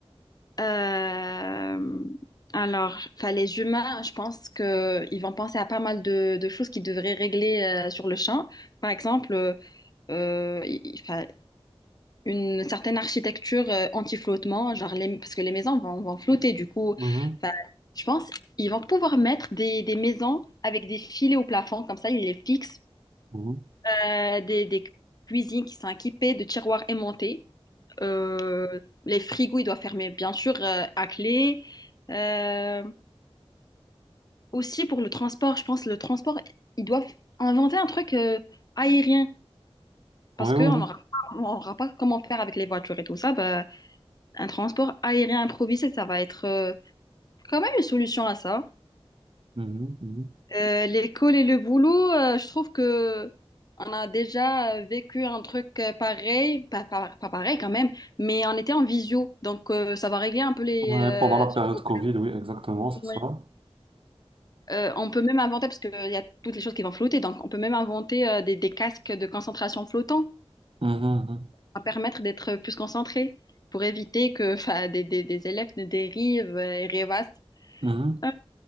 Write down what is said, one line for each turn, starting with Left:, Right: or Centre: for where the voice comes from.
Left: Euh, alors, enfin, les humains, je pense que ils vont penser à pas mal de, de choses qu'ils devraient régler euh, sur le champ. Par exemple, euh, euh, il- il- enfin, une certaine architecture euh, anti-flottement, genre les- parce que les maisons vont, vont flotter. Du coup,
Right: Mhm.
Left: enfin, je pense ils vont pouvoir mettre des, des maisons avec des filets au plafond, comme ça, ils les fixent
Right: Mhm.
Left: euh, des, des cuisines qui sont équipées de tiroirs aimantés. Euh, les frigos, ils doivent fermer, bien sûr, euh, à clé. Euh, aussi, pour le transport, je pense, le transport, ils doivent inventer un truc euh, aérien. Parce
Right: Oui,
Left: qu'on
Right: oui.
Left: n'aura pas, on aura pas comment faire avec les voitures et tout ça. Bah, un transport aérien improvisé, ça va être euh, quand même une solution à ça.
Right: Mhm, mhm.
Left: Euh, l'école et le boulot, euh, je trouve que on a déjà euh, vécu un truc euh, pareil, pas, pas- pas pareil quand même, mais on était en visio, donc euh, ça va régler un peu les
Right: Ouais,
Left: euh,
Right: pendant la période
Left: ce problème.
Right: Covid, oui, exactement, c'est
Left: Ouais.
Right: ça.
Left: Euh, on peut même inventer, parce qu'il y a toutes les choses qui vont flotter, donc on peut même inventer euh, des, des casques de concentration flottants,
Right: Mhm,
Left: à permettre d'être plus concentré, pour éviter que <laughs> 'fin, des, des- des élèves ne dérivent euh, et rêvassent.
Right: mhm. Mhm.
Left: Euh,